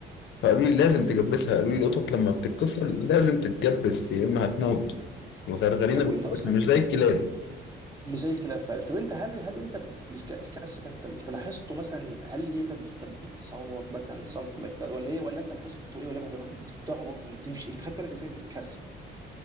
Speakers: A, on the left; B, on the right.
A: فقالوا لي لازم تجبسها قالوا لي القطط لما بتتكسر لازم تتجبس يا اما هتموت الغرغرينه
B: طب
A: بتموت
B: وانت اصلا
A: مش زي
B: ب-
A: الكلاب
B: مش زي كده فعلا طب انت هل هل انت الك- الكسر ده انت انت لاحظته مثلا هل هي كانت بت- بتصوت مثلا something like that ولا ايه ولا انت لاحظته ايه ولا ب- بتعرج ولا بتمشي انت خدت بالك ازاي من الكسر